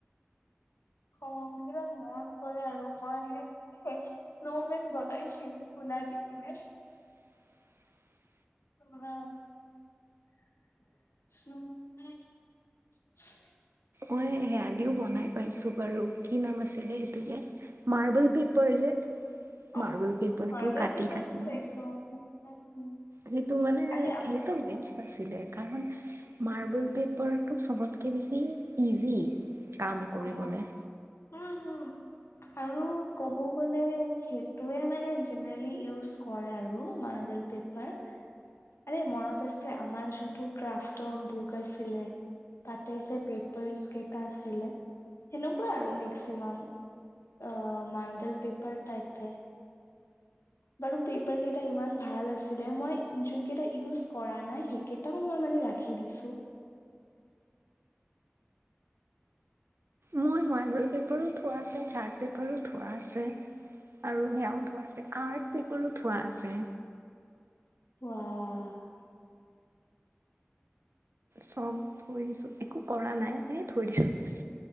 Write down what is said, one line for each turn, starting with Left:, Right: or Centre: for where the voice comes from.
Left: অ সেইবিলাক মনত পৰে আৰু মই স্নোমেন বনাইছিলো তুলা দে কিনোই
Right: <unintelligible>
Left: <inaudible> <unintelligible>
Right: মই সেয়া দিও বনাই পাইছো বাৰু কি নাম আছিলে এইটো যে? মাৰ্বল পেপাৰ যে
Left: অ
Right: মাৰ্বল পেপাৰটো
Left: মাৰ্বেল
Right: কাটি
Left: পেপাৰটো
Right: কাটি মানে
Left: <unintelligible>
Right: সেইটো মানে
Left: আৰে অ
Right: সেইটো
Left: অ
Right: বেষ্ট আছিলে। কাৰণ মাৰ্বল পেপাৰটো চবতকে বেছি ইজি কাম কৰিবলে।
Left: অ উম হম। আৰু ক'ব গ'লে সেইটোৱে মানে জেনেৰেলি ইউজ কৰে আৰু মাৰ্বেল পে পাৰ। আৰে মনত আছে আমাৰ যোনটো ক্ৰাফ্টৰ বুক আছিলে? তাতে যে পেপাৰ ইচ কেইটা আছিলে? সেনেকুৱা আৰু মেক্সিমাম অ মাৰ্বেল পেপাৰ টাইপে বাৰু পেপাৰ কেইটা ইমান ভাল আছিলে, মই যোন কেইটা ইউজ কৰা নাই সেই কেইটাও মই মানে ৰাখি দিছো।
Right: মই মাৰ্বল পেপাৰো থোৱা আছে, চাৰ্ট পেপাৰো থোৱা আছে আৰু সেয়াও থোৱা আছে। আৰ্ট পেপাৰো থোৱা আছে।
Left: ৱাহ!
Right: চব থৈ দিছো একো কৰা নাই এনে থৈ দিছো বাছ।